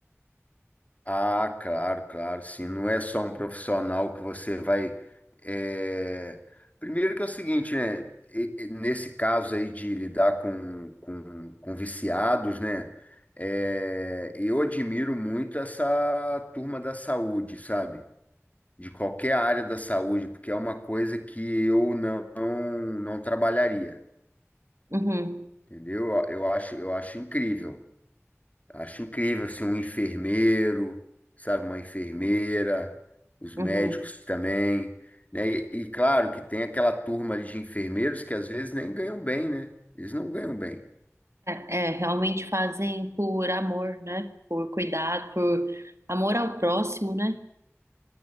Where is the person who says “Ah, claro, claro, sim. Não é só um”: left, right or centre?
Left